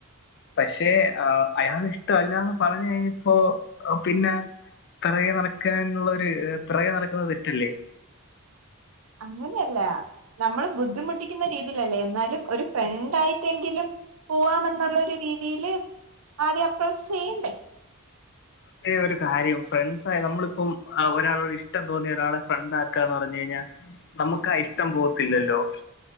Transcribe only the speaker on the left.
പഷേ ആ അയാള് ഇഷ്ട അല്ലാന്ന് പറഞ്ഞ് കഴിഞ്ഞപ്പോ അ പിന്നെ പെറകേ നടക്കാനുള്ള ഒരു ഇത് പിറകെ നടക്കുന്നത് തെറ്റല്ലേ?
പസേ ഒരു കാര്യം ഫ്രണ്ട്സായ് നമ്മളിപ്പം അ ഒരാളോട് ഇഷ്ടം തോന്നിയ ഒരാളെ ഫ്രണ്ട് ആക്കാന്ന് പറഞ്ഞ് കഴിഞ്ഞാ നമുക്കാ ഇഷ്ടം പോവത്തില്ലല്ലോ?